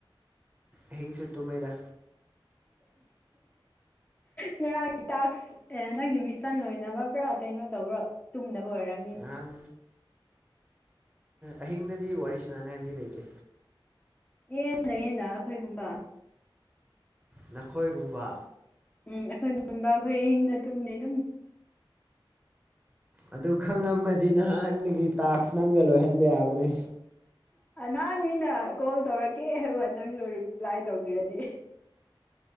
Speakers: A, on the right; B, on the left.
A: ꯑꯍꯤꯡꯁꯨ ꯇꯨꯝꯃꯦꯗ
B: ꯉꯔꯥꯡ ꯇꯥꯛꯁ ꯅꯪꯒꯤ ꯃꯤꯁꯟ ꯂꯣꯏꯅꯅꯕ ꯄꯨꯔꯥ ꯀꯩꯅꯣ ꯇꯧꯕꯔꯣ ꯇꯨꯡꯗꯕ ꯑꯣꯏꯔꯝꯒꯅꯤ
A: ꯉꯔꯥꯡ ꯑꯍꯤꯡꯗꯗꯤ ꯋꯥꯔꯤ ꯁꯥꯟꯅꯅꯤꯡꯉꯥꯏ ꯃꯤ ꯂꯩꯇꯦ
B: ꯑꯦ ꯂꯩꯌꯦꯅ ꯑꯩꯈꯣꯏꯒꯨꯝꯕ
A: ꯅꯈꯣꯏꯒꯨꯝꯕ
B: ꯎꯝ ꯑꯈꯣꯏꯒꯨꯝꯕ ꯑꯈꯣꯏ ꯑꯍꯤꯡꯒ ꯇꯨꯝꯗꯦ ꯑꯗꯨꯝ
A: ꯑꯗꯨ ꯈꯪꯉꯝꯃꯗꯤ ꯅꯍꯥꯟꯒꯤ ꯇꯥꯛꯁ ꯅꯪꯅ ꯂꯣꯏꯍꯟꯕ ꯌꯥꯕꯅꯦ
B: ꯅꯍꯥꯟ ꯃꯤꯅ ꯀꯣꯜ ꯇꯧꯔꯛꯀꯦ ꯅꯪꯁꯨ ꯔꯤꯄ꯭ꯂꯥꯏ ꯇꯧꯕꯤꯔꯗꯤ